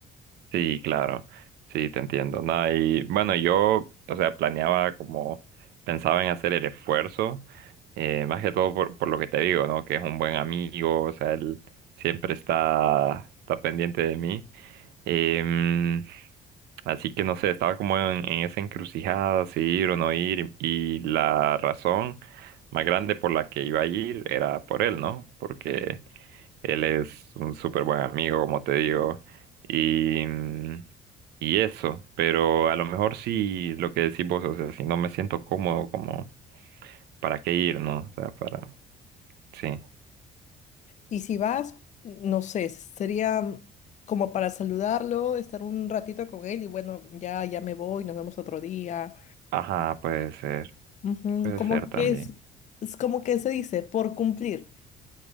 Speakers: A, on the right; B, on the left.
A: Sí, claro, sí, te entiendo. No, y bueno, yo, o sea, planeaba como, pensaba en hacer el esfuerzo, eh, más que todo por, por lo que te digo, ¿no? Que es un buen amigo, o sea, él siempre está, está pendiente de mí. Em, así que no sé, estaba como en, en esa encrucijada, si ir o no ir, y la razón más grande por la que iba a ir era por él, ¿no? Porque él es un súper buen amigo, como te digo, y, mm, y eso, pero a lo mejor sí lo que decís vos, o sea, si no me siento cómodo, como, ¿para qué ir, no? O sea, para, sí.
B: Y si vas, no sé, sería como para saludarlo, estar un ratito con él y bueno, ya, ya me voy, nos vemos otro día.
A: Ajá, puede ser,
B: Ujú,
A: puede
B: Como
A: ser también.
B: que es, es como que se dice, por cumplir.